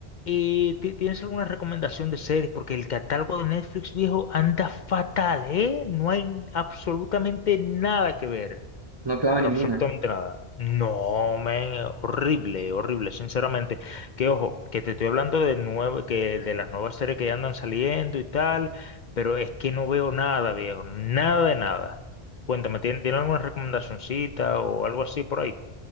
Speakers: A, on the left; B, on the right.
A: eh, ti- ¿tienes alguna recomendación de series? Porque el catálogo de Netflix viejo anda fatal, ¿eh? No hay absolutamente nada que ver.
B: no clava
A: Pero
B: ninguna.
A: absolutamente nada. No, men, horrible, horrible, sinceramente. Que ojo, que te estoy hablando de nuevo, que de las nuevas series que ya andan saliendo y tal, pero es que no veo nada, viejo, nada de nada. Cuéntame, ¿tien- ¿tiene, alguna recomendacioncita o algo así por ahí?